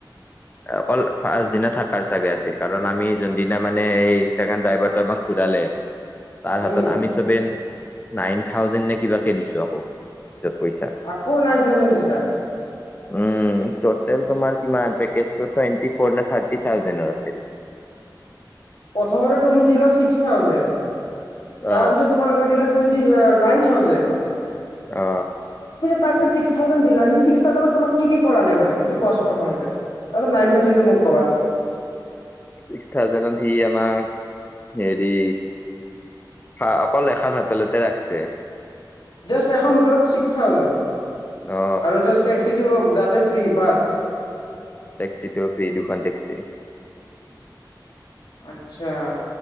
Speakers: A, on the left; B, on the left.
A: অকল ফাষ্টট দিনা থকাৰ চাগে আছিল কাৰণ আমি যোনদিনা মানে সেই ছেকেণ্ড ডাইভটো আমাক কুদালে তাৰ হাতত
B: উম
A: আমি চবে নাইন থাউজেণ্ড নে কিবাকে দিছো আকৌ পইচা
B: আকৌ নাইন থাউজেণ্ড দিছা
A: উম। টোটেল তোমাৰ কিমান পেকেজ টুৱেণ্টি ফ'ৰ নে থাৰ্টি থাউজেণ্ডৰ আছিল
B: প্ৰথমতে তুমি দিলা চিক্স থাউজেন
A: অ
B: তাৰ পিছত তোমালোকে দিলা টুৱেণ্টি নাইন থাউজেন
A: অ
B: তাক যে ছিক্স থাউজেন দিলা সি ছিক্স থাউজেনত তোমাক কি কি কৰালে মানে সেইটো কোৱা চোন প্ৰথমতে ত নাইন থাউজেন টো মোক কবা
A: ছিক্স থাউজেনত সি আমাক হেৰি অকল এখান হোটেলতে ৰাখছে
B: জাচ এখন হোটেলত ছিক্স থাউজেন
A: অ
B: আৰু জাচ্ টেক্সিটো যাতে ফ্ৰী বাছ
A: টেক্সিটো ফ্ৰী দুখন টেক্সি
B: আচ্ছা